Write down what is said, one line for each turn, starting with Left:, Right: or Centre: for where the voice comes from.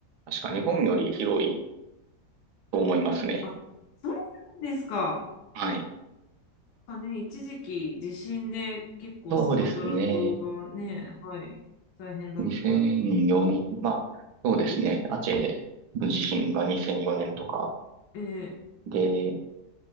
Right: 確か日本より広いと思いますね。
Left: あ、そうなんですか。
Right: はい。
Left: なんかね、一時期地震で結構スマトラ島がね、
Right: そうですね。
Left: はい、大変だった。
Right: 2004年、まあ、そうですね。アチェの地震が2004年とか
Left: ええ
Right: で、